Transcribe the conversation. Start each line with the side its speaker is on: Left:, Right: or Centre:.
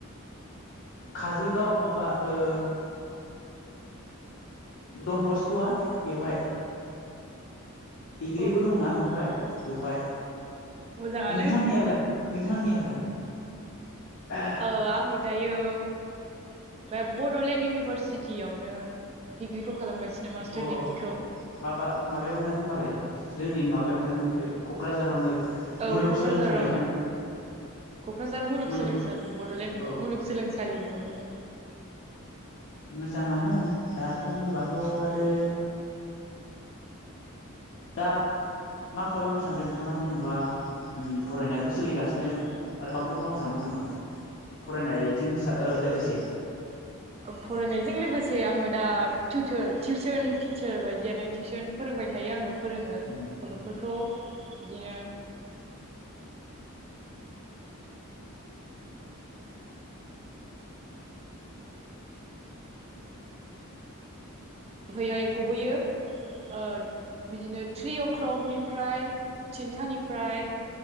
Left: काजलगाव माबा ओ डन बस्कआ बेयावहाय डिग्रिबो
Right: औ
Left: दंना बेवहाय बेवहाय
Right: मोजाङानो
Left: नोंथांनियालाय नोंथांनियालाय अ
Right: ओ आंगो दायो दा बडलेण्ड इउनिभारसिटियावनो डिग्रिखौ खालामगासिनो मास्टार
Left: अ
Right: डिग्रिखौ
Left: माबा माबायावनो होनबालाय जोंनि माबा माबायावनो बे कक्राझारावनो
Right: औ
Left: मुलुगसोलोंसालियावनो
Right: कक्राझारावनो कक्राझार मुलुगसोलोंसालि
Left: मुलुग
Right: बडलेण्ड
Left: औ
Right: मुलुगसोलोंसालियावनो
Left: मोजाङानो दाथ होनबाथ आरो दा मा खालामनो सानदों नोंथाङा जेनेबा ओम फरायनायाथ' सोलिगासिनो आरो माबाफोर मावनो सानबावदों नामा फरायनायजों हिसाब लोगोसे
Right: फरायनायजों लोगोसे आङो दा टिउसन टिचार बायदियानो टिउसन फोरों फोरोंबाय थायो आङो फोरोङो
Left: उम
Right: गथ'फोरखौ बिदिनो <unintelligible> गबोयो ओ बिदिनो थ्रि अ क्लकनिफ्राय थिनथानिफ्राय